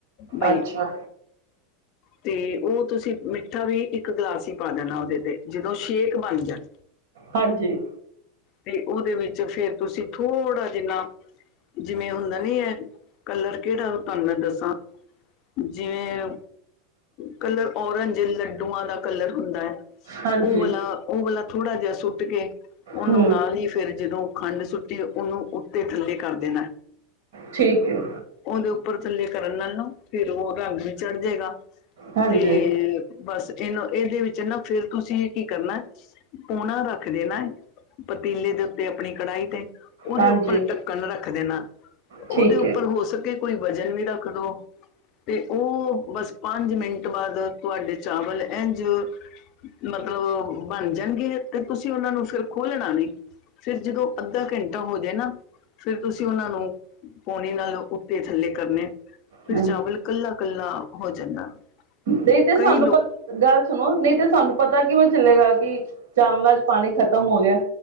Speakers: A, on the left; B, on the right.
A: ਬਈ।
B: ਅੱਛਾ
A: ਤੇ ਉਹ ਤੁਸੀਂ ਮਿੱਠਾ ਵੀ ਇੱਕ ਗਲਾਸ ਹੀ ਪਾ ਦੇਣਾ ਉਹਦੇ ਤੇ ਜਦੋਂ ਸ਼ੇਕ ਬਣ ਜਾਣ।
B: ਹਾਂਜੀ।
A: ਤੇ ਉਹਦੇ ਵਿੱਚ ਫਿਰ ਤੁਸੀਂ ਥੋੜਾ ਜਿੰਨਾ ਜਿਵੇਂ ਹੁੰਦਾ ਨੀ ਹੈ ਕਲਰ। ਕਿਹੜਾ ਤੁਹਾਨੂੰ ਮੈਂ ਦੱਸਾਂ ਜਿਵੇਂ ਕਲਰ ਔਰੰਜ ਲੱਡੂਆਂ ਦਾ ਕਲਰ ਹੁੰਦਾ ਹੈ।
B: ਹਾਂਜੀ
A: ਉਹ ਵਾਲਾ ਉਹ ਵਾਲਾ। ਥੋੜਾ ਜਿਹਾ ਸੁੱਟ ਕੇ। ਉਹਨੂੰ
B: ਹੂੰ
A: ਨਾਲ ਹੀ ਫਿਰ ਜਦੋਂ। ਖੰਡ ਸੁੱਟੀ ਉਹਨੂੰ ਉੱਤੇ ਥੱਲੇ ਕਰ ਦੇਣਾ।
B: ਠੀਕ ਹੈ।
A: ਉਹਦੇ ਉੱਪਰ ਥੱਲੇ ਕਰਨ ਨਾਲ ਨਾ ਫਿਰ ਉਹ ਰੰਗ ਵੀ ਚੜ ਜਾਏਗਾ।
B: ਹਾਂਜੀ
A: ਤੇ ਬਸ। ਇਹਨੂੰ ਇਹਦੇ ਵਿੱਚ ਨਾ ਫਿਰ ਤੁਸੀਂ ਕੀ ਕਰਨਾ ਪੂਣਾ ਰੱਖ ਦੇਣਾ ਪਤੀਲੇ ਦੇ ਉੱਤੇ ਆਪਣੀ ਕੜਾਹੀ ਤੇ। ਉਹਦੇ
B: ਹਾਂਜੀ
A: ਉੱਪਰ ਢੱਕਣ ਰੱਖ ਦੇਣਾ ਉਹਦੇ
B: ਠੀਕ
A: ਉੱਪਰ
B: ਹੈ
A: ਹੋ ਸਕੋ। ਕੋਈ ਵਜ਼ਨ ਵੀ ਰੱਖ ਦਿਉ ਤੇ ਉਹ ਬਸ ਪੰਜ ਮਿੰਟ ਬਾਅਦ ਤੁਹਾਡੇ ਚਾਵਲ ਇੰਝ ਮਤਲਬ ਬਣ ਜਾਣਗੇ ਤੇ ਤੁਸੀਂ ਉਹਨਾਂ ਨੂੰ ਫਿਰ ਖੋਲਣਾ ਨਹੀਂ ਫਿਰ ਜਦੋਂ ਅੱਧਾ ਘੰਟਾ ਹੋ ਜਾਵੇ ਨਾ ਫਿਰ ਤੁਸੀਂ ਉਹਨਾਂ ਨੂੰ ਪੋਣੇ ਨਾਲ ਦੇ ਥੱਲੇ ਕਰਨੇ ਫਿਰ
B: ਹੂੰ
A: ਚਾਵਲ ਕੱਲਾ- ਕੱਲਾ ਹੋ ਜਾਂਦਾ।
B: ਨਹੀਂ ਤੇ
A: ਕਈ
B: ਸਾਨੂੰ
A: ਲੋਕ
B: ਪਤਾ ਗੱਲ ਸੁਣੋ ਨਹੀਂ ਤੇ ਸਾਨੂੰ ਪਤਾ ਕਿਵੇਂ ਚਲੇਗਾ ਕਿ ਚਾਵਲਾ ਚ ਪਾਣੀ ਖਤਮ ਹੋ ਗਿਆ।